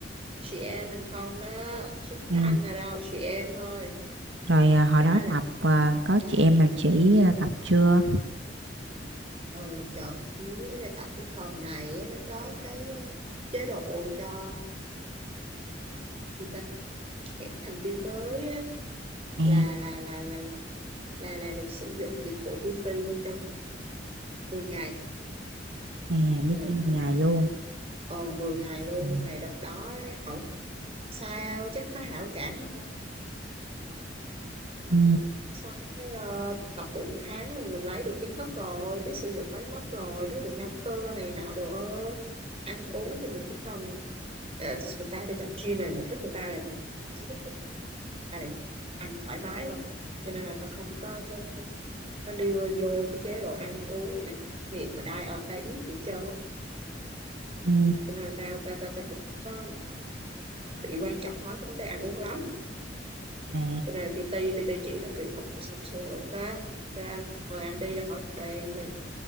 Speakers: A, on the right; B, on the right.
A: chị em mình không đó chứ không
B: ừ.
A: có anh nào đâu chị em thôi
B: rồi à, hồi
A: cho
B: đó
A: nên là
B: tập à, có chị em nào chỉ à, tập chưa
A: ừ, trộm chứ ý là tại cái phòng này á, nó có cái ờ, chế độ cho người ta các thành viên mới á,
B: à,
A: là là là là là là được sử dụng dịch vụ PT trong 10 ngày
B: à meeting
A: ừ.
B: 10 ngày luôn
A: ờ 10 ngày luôn
B: ừ.
A: nhưng mà đợt đó ấy, ổng sao chắc có hảo cảm với ta
B: Ừ.
A: xong cái ờ, tập được một tháng rồi mình lấy được kiến thức rồi biết sử dụng máy móc rồi biết được nhóm cơ này nọ đồ ơ. ăn uống thì mình chỉ cần ờ, người ta đi tập gym này mục đích người ta là gì Chính cái mục đích người ta là gì? ăn thoải mái thôi cho nên là ta không có, có, có có đưa vô cái chế độ ăn uống gì nó thiệt mà đai ở ta ít gì trơn á.
B: Ừ.
A: cho nên là ta ta ta, ta cũng có bị quan trọng hóa cái vấn đề ăn uống lắm
B: À,
A: cho nên là PT PT chỉ tao kỹ thuật rồi xong rồi ok ok anh mời anh đi ra khỏi cuộc đời em liền